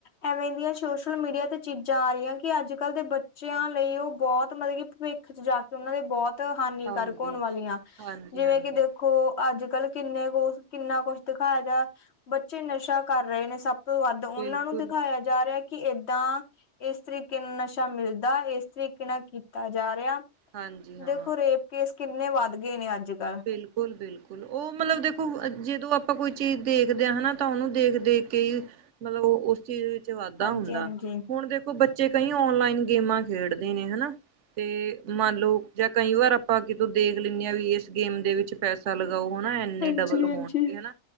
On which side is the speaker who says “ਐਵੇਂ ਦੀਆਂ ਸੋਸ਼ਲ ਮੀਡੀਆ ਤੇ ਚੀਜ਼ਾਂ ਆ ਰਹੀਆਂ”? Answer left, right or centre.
Left